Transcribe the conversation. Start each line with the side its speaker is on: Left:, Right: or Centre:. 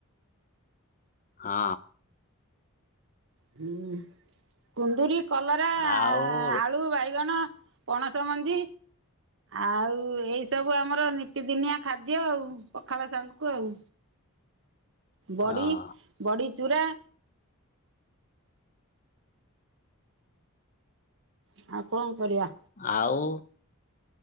Left: ହଁ।
Right: ହୁଁ କୁନ୍ଦୁରି କଲରା
Left: ଆଉ
Right: ଆଳୁ ବାଇଗଣ। ପଣସ ମଞ୍ଜି। ଆଉ ଏଇ ସବୁ ଆମର ନିତିଦିନିଆ ଖାଦ୍ୟ ଆଉ ପଖାଳ ସାଙ୍ଗକୁ ଆଉ। ବଡ଼ି
Left: ହଁ
Right: ବଡ଼ି ଚୂୁରା। ଆଉ କଣ କରିବା।
Left: ଆଉ।